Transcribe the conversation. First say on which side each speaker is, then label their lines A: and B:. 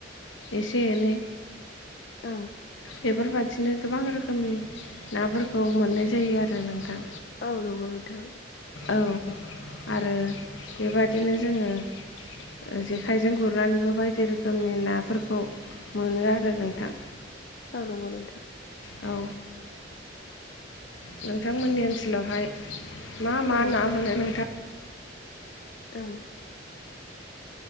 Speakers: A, on the left; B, on the left.
A: एसे एनै
B: औ
A: बेफोरबादि बिदिनो गोबां रोखोमनि नाफोरखौ मोननाय जायो आरो नोंथां
B: औ नंगौ नोंथां
A: औ आरो बेबादिनो जोङो ओ जेखाइजों गुरनानैबो बायदि रोखोमनि नाफोरखौ मोनो आरो नोंथां
B: औ नंगौ नोंथां
A: औ नोंथांमोननि ओनसोलावहाय मा मा
B: औ
A: ना मोनो नोंथां
B: औ